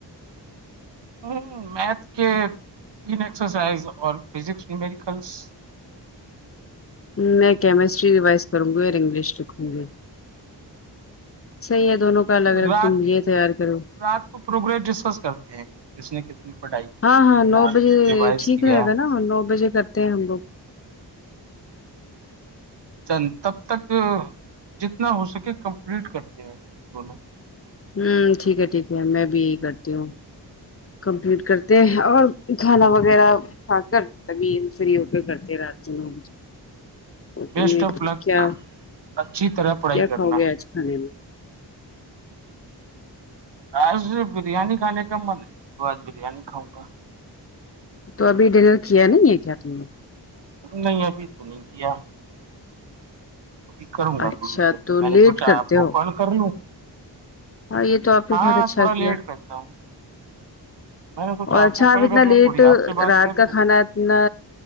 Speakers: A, on the right (about 75°); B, on the left (about 30°).
A: ہ میتھ کے تین ایکسرسائز اور فزکس مڈیکلس
B: میں کیمسٹری ریوائز کروں گی اور انگلش لکھوں گی صحیح ہے دونوں کا الگ الگ
A: رات
B: تم یہ تیار کرو
A: رات کو پروگریس ڈسکس کرتے ہیں کس نے کتنی پڑھائی کی
B: ہاں
A: کتنا
B: ہاں نو بجے
A: ریوائز
B: ٹھیک
A: کیا
B: رہےگا نا نو بجے کرتے ہیں ہم لوگ
A: جن تب تک جتنا ہو سکے کمپلیٹ کرتے ہیں دونوں
B: ہممم ٹھیک ہے ٹھیک ہے میں بھی یہی کرتی ہوں کمپلیٹ کرتے ہیں اور کھانا وغیرہ کھا کر تبھی فری ہو کے کرتے رہتے ہو اور
A: بیسٹ
B: تم نے
A: آف لک
B: کیا
A: اچھی طرح پڑھائی
B: کیا
A: کرنا
B: کھاؤ گے آج کھانے میں
A: آج بریانی کھانے کا من ہے آج بریانی کھاؤں گا
B: تو ابھی ڈنر کیا نہیں ہے کیا تم نے
A: نہیں ابھی تو نہیں کیا ابھی کروں گا
B: اچھا
A: تھوڑی دیر
B: تو
A: میں میں نے
B: لیٹ
A: سوچا
B: کرتے
A: آپ کو
B: ہو
A: کال کر لو
B: ہاں یہ تو آپ نے
A: ہاں
B: بہت اچھا
A: تھوڑا
B: کیا
A: لیٹ کرتا ہوں میں نے سوچا
B: اور اچھا
A: کو
B: آپ
A: کال
B: اتنا
A: کر
B: لیٹ
A: لوں تھوڑی آپ سے بات
B: رات
A: کر
B: کا
A: لوں
B: کھانا نہ